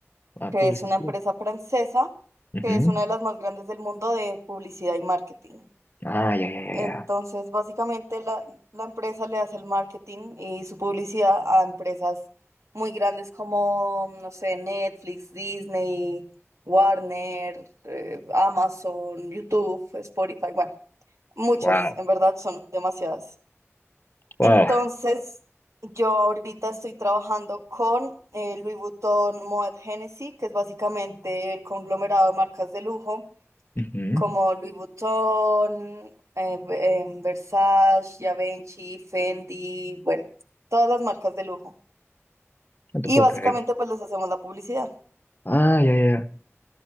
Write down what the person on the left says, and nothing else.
Ah,
Pulsis
Blue.
Ujú.
Ah, ya, ya, ya,
ya.
Wow,
wow.
Ujú.
No te
puedo
creer.
Ah, ya, ya, ya.